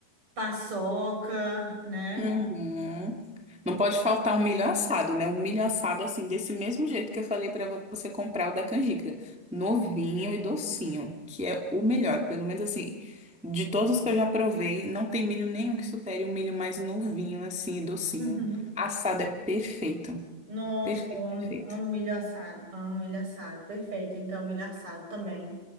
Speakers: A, on the right (about 35°); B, in the centre.
A: paçoca, né?
B: Uhum. Não pode faltar um milho assado, né? Um milho assado, assim, desse mesmo jeito que eu falei pra você comprar o da canjica. Novinho e docinho, que é o melhor. Pelo menos, assim, de todos que eu já provei, não tem milho nenhum que supere um milho mais novinho, assim, e docinho.
A: Uhum.
B: Assado é perfeito.
A: Nossa,
B: Perfeito,
A: eu amo,
B: perfeito.
A: amo milho assado, amo milho assado, perfeito. Então, milho assado também